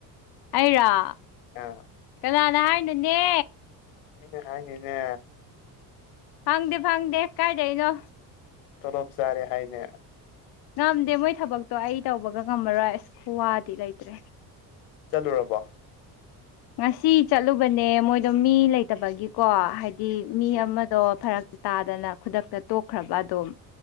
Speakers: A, on the left; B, on the left.
A: ꯑꯩꯔꯣ
B: ꯑ
A: ꯀꯅꯥꯅ ꯍꯥꯏꯅꯣꯅꯦ꯫
B: ꯃꯤꯅ ꯍꯥꯏꯅꯤꯅꯦ꯫
A: ꯐꯪꯗꯦ-ꯐꯪꯗꯦ ꯀꯥꯏꯗꯩꯅꯣ꯫
B: ꯇꫭꯜꯂꯣꯞ ꯆꯥꯔꯦ ꯍꯥꯏꯅꯦ꯫
A: ꯉꯝꯗꯦ ꯃꯣꯏ ꯊꯕꯛꯇꯣ ꯑꯩ ꯇꯧꯕꯒ ꯉꯝꯃꯔꯣꯏ ꯑꯁ ꯈꯨꯋꯥꯗꯤ ꯂꯩꯇ꯭ꯔꯦ꯫
B: ꯆꯠꯂꯨꯔꯕꯣ꯫
A: ꯉꯁꯤ ꯆꯠꯂꯨꯕꯅꯦ ꯃꯣꯏꯗꯣ ꯃꯤ ꯂꯩꯇꯕꯒꯤꯀꯣ ꯍꯥꯏꯗꯤ ꯃꯤ
B: ꯎꯝ
A: ꯑꯃꯗꯣ ꯐꯔꯛ ꯇꯥꯗꯅ ꯈꯨꯗꯛꯇ ꯇꯣꯛꯈ꯭ꯔꯕ ꯑꯗꯨꯝ